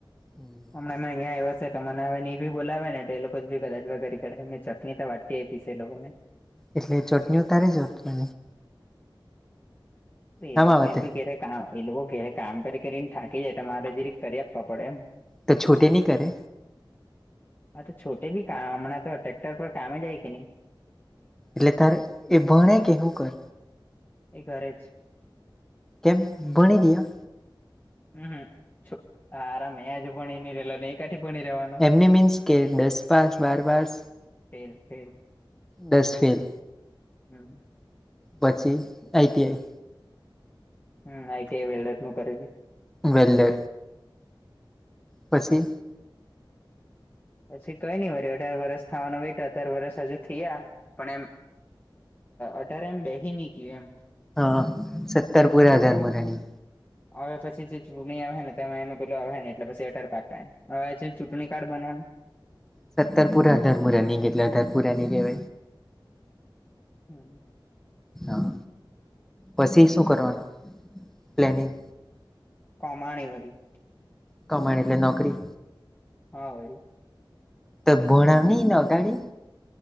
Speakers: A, in the centre; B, on the left.
A: હમ્મ
B: હમણાં અહીં આવ્યો હશે, તો મને હવે એ બી બોલાવે ને. એ લોકો જ બી કદાચ ભાઈ કરી, કરડે ચટણી તો વાટતી એ લોકોને
A: એટલે ચોટણી ઉતારે જ તને
B: એ
A: આમાં
B: લોકો
A: વાતે
B: એમ ઘરે કામ, એ લોકો ઘેરે કામ કરી કરીને થાકી જાય, તો તમારે જે કરી આપવા પડે એમ
A: તે છોટે નહી કરે
B: હ, તો છોટે ભી કામણા તો ટ્રેક્ટર પર કામમે જાય કે ની
A: એટલે તારે એ ભણે કે હુ કરે
B: એ ઘરે જ
A: કેમ ભણી રીયો
B: હમ, હારા, મેજ ભણી ની રેલો, એ કાં થી ભણી રહેવાનો
A: એમની મીન્સ કે, દસ પાસ, બાર પાસ,
B: ફેલ ફેલ
A: દસ ફેલ
B: હમ્મ
A: પછી આઈટીઆઈ
B: હમ, આઈટીઆઈ માં ઇલેક્ટ્રોનિક નું કરેલુ
A: વેલે પછી
B: પછી કઈ નહીં, વળી અઢાર વર્ષ થવાનું બેઠા, અઢાર વર્ષ હજુ થયા પણ એમ. અઢાર એમ બેહી ની ગયુ એમ
A: હા, સત્તર પુરા, અઠ્ઠારમુ લાગ્યુ
B: આવે પછી જે ચૂણીણી આવે ને, તેમાં એનું પેલું આવે ને, એટલે અઠ્ઠાર પાકાને હવે આ છે ચૂંટણી કાર્ડ બનાવાનુ
A: સત્તરપુરા, અઠ્ઠારમુ રનીગ, એટલે અઠ્ઠારમુ લાગ્યુ.
B: હમ્મ
A: હા, પછી શું કરવાનું પ્લેનિંગ
B: કમાણી વરી
A: કમાણીની ને નોકરી
B: હા, વળી
A: તો ભણાવની અગાડી.